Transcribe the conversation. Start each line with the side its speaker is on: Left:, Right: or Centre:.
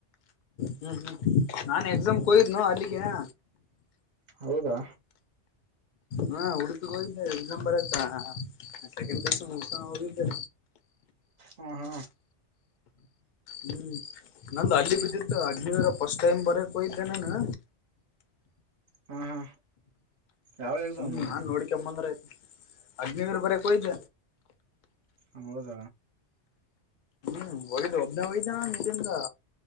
Left: ಹ್ಮ್ ಹ್ಮ್ ನಾನ್ ಎಕ್ಸಾಮ್ ಕೊಯಿದ್ನ ಅಲ್ಲಿಕ್ಕೆನಾ
Right: ಹೌದಾ
Left: ಹಾ ಉಡುತಕೋಗಿದ್ದ ಇ ನಂಬರ ಹ ಮಷ್ಟೆ ಕೆಕಸಸ ಹೋಗಿದ್ದ
Right: ಹ್ಮ ಹಾ
Left: ಹ್ಮ್ ನಂದು ಹಳ್ಳಿ ಬಿದ್ದಿತ್ತು ಹಗ್ಫಸ್ಟ್ ಟೈಮ್ ಬರಕ್ಯ್ದೆ ನಾನ
Right: ಹಾ ಹಾ ಯಾವ ಎಕ್ಸಾಮು
Left: ಹು ನಾನ್ ನೋಡ್ಕಂದ್ರಯ ಅಗ್ನಿದ್ರ ಬರಕ್ಯ್ದ
Right: ಅಂಗ್ರೋದ
Left: ಹ್ಮ ಹೋಗಿದ್ದು ಒಬ್ನ ಹೋಗಿದ್ದಾನ ಇದಂದ